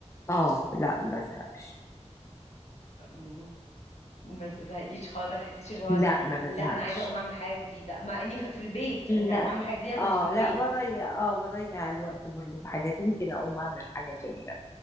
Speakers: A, on the left; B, on the left.
A: اه لا ما بزهقش
B: مم، ما تزهقيش خالص ما تحسيش اللي هو
A: لا ما بزهقش
B: لا انا عايزة اقوم اعمل حاجة جديدة مع اني في في البيت يعني
A: لا
B: هعمل حاجة جديدة بس
A: اه
B: في البيت
A: لا بضيع اه بضيع الوقت برضه في حاجات ممكن اقوم اعمل حاجه في ال-